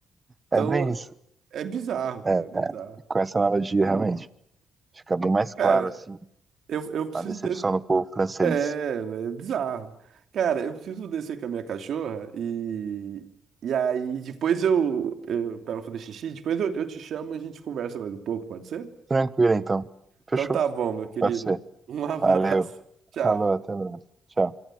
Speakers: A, on the right (about 65°); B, on the right (about 20°).
A: então
B: é bem isso.
A: é bizarro,
B: É,
A: cara, é bizarro.
B: com essa analogia, realmente, fica bem mais
A: Cara,
B: claro, assim,
A: eu, eu preciso
B: a decepção
A: desse.
B: do povo francês.
A: É, né, é bizarro. Cara, eu preciso descer com a minha cachorra e. E aí, depois eu, eu para ela fazer xixi, depois eu, eu te chamo e a gente conversa mais um pouco, pode ser?
B: Tranquilo, então. Fechou?
A: Então tá bom, meu querido.
B: Pode ser.
A: Um <laughs> abraço.
B: Valeu.
A: Tchau.
B: Falou, até mais. Tchau.